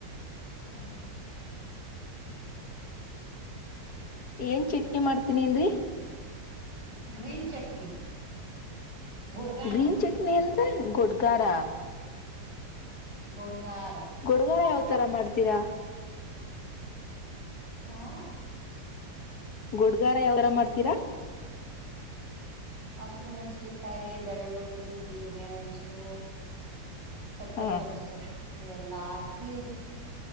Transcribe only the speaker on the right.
ಹಾಂ
ಗ್ರೀನ್ ಚಟ್ನಿ ಗುಡ್ಗಾರ
ಗುಡ್ಗಾರ
ಹಾಂ
ಹಸರು ಮೆಣಸಿಕಾಯಿ ಬೆಳ್ಳುಳ್ಳಿ ಜೀರಿಗೆ ಮೆಣಸು ಕೊತ್ತಂಬರಿ
ಸೊಪ್ಪು ಎಲ್ಲ ಹಾಕಿ.